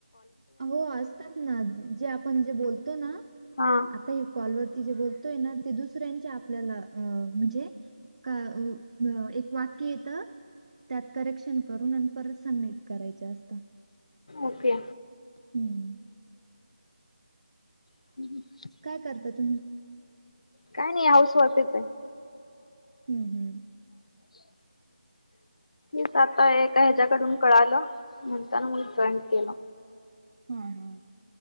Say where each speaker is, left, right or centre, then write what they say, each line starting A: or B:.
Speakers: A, on the right (about 60°); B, on the left (about 50°).
A: आ हो असतात ना, जे आपण जे बोलतो ना
B: हा
A: आता हे कॉलवर, ते जे बोलतोय ना, ते दुसऱ्यांचे आपल्याला अ म्हणजे का एक वाक्य येतं, - त्यात करेक्शन करून आणि परत सबमिट करायचं असतं.
B: ओके.
A: हुं..
B: <unintelligible>
A: काय करता तुम्हीं?
B: काय नाही हाऊस वाइफच आहे.
A: हुं.. हूं..
B: <inaudible> हेच आता एका ह्याच्याकडून कळालं म्हणताना मग जॉईन केलं.
A: हा, हा.